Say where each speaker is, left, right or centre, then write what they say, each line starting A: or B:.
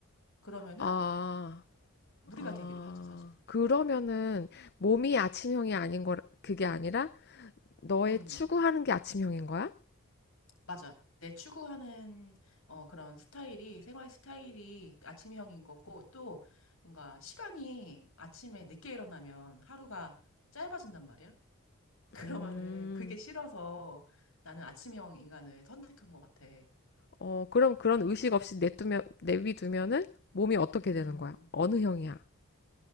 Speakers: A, on the left (about 65°); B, on the left (about 45°).
A: 그러면은
B: 아,
A: 무리가
B: 아,
A: 되기도 하지, 사실은.
B: 그러면은 몸이 아침형이 아닌 거, 그게 아니라 너의
A: 음,
B: 추구하는 게 아침형인 거야?
A: 맞아. 내 추구하는 어 그런 스타일이 생활 스타일이 아침형인 거고 또 뭔가 시간이 아침에 늦게 일어나면 하루가 짧아진단 말이야. <laughs> 그러면은
B: 음,
A: 그게 싫어서 나는 아침형 인간을 선택한 것 같아.
B: 어, 그럼 그런 의식 없이 내두면, 내비두면은 몸이 어떻게 되는
A: 음.
B: 거야? 어느 형이야?